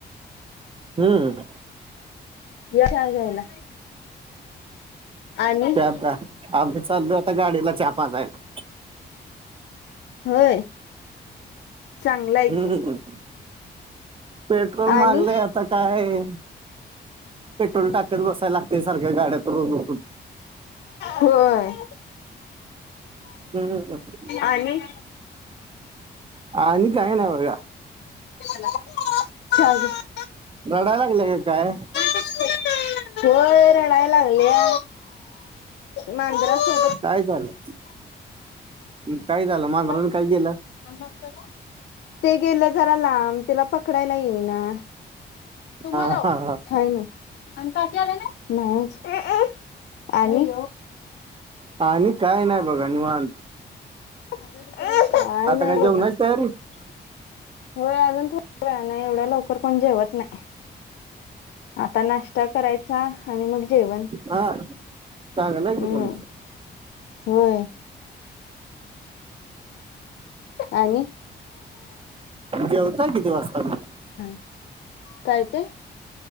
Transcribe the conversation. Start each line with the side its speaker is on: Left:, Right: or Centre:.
Right: हम्म
Left: यां चाय घ्यायला.... आणि
Right: प्या प्या आम्ही चाललो आता गाडीला चहा पाजायला
Left: होय चांगला आहे
Right: हम्म
Left: की
Right: पेट्रोल
Left: आणि
Right: मागलाय आता. काय पेट्रोल टाकत बसायला लागते सारख्या गाड्यात रोज उठून.
Left: होय.
Right: हम् ह ह
Left: आणि!
Right: आणि काय ना बघा.
Left: ला चालेल <inaudible>
Right: रडाय लागल्या का काय?
Left: दिसते. होय रडायला लागल्या मांजराच <inaudible>
Right: काय झालं, काय झालं मांजरान
Left: आणि
Right: काय गेलं?
Left: <unintelligible> ते गेलं जरा लांब, तिला पकडायला येईना. तुम्हाला
Right: हा
Left: वो,
Right: हा हा
Left: हाय ना. आणि काकी आल्या नाहीत, नाहीच आणि
Right: आणि काय नाही बघा निवांत.
Left: काय
Right: आता
Left: नाही बघा.
Right: <unintelligible>
Left: होय अजून थोड वेळ नाही एवढ्या लवकर कोण जेवत नाही, आता नाश्ता करायचा आणि मग जेवण
Right: हा चांगलं आहे
Left: हम्म.
Right: की तुम्ही
Left: होय. आणि?
Right: जेवताय किती वाजता मग?
Left: हा काय ते?